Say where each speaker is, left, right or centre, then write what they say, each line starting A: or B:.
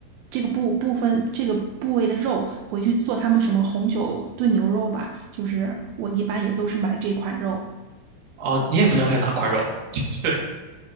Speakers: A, on the right (about 85°); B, on the right (about 60°).
A: 这个部部分这个部位的肉回去做他们什么红酒炖牛肉吧，就是我一般也都是买这款肉。
B: 哦，你也不知道是哪块肉，<laughs> 就是